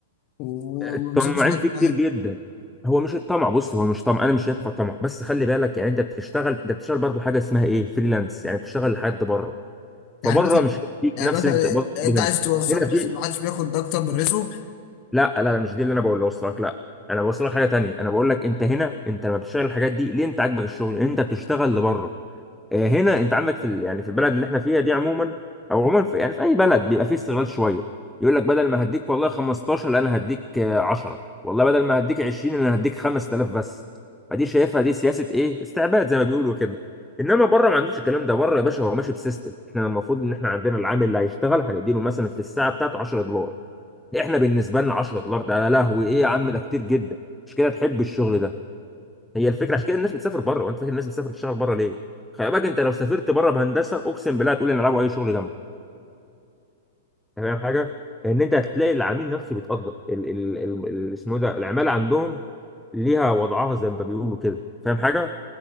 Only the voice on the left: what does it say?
وما
بيسيبوش حد
حاله.
يعني مثلا
يعني
مثلا
انت عايز توصل
لي بس
ما حدش بياخد ده اكتر من رزقه